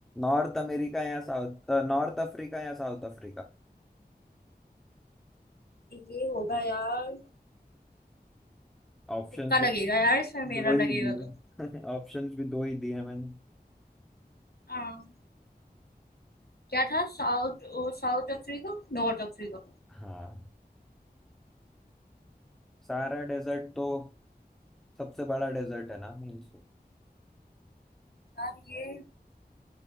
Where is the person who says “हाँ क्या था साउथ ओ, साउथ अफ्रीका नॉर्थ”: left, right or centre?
Left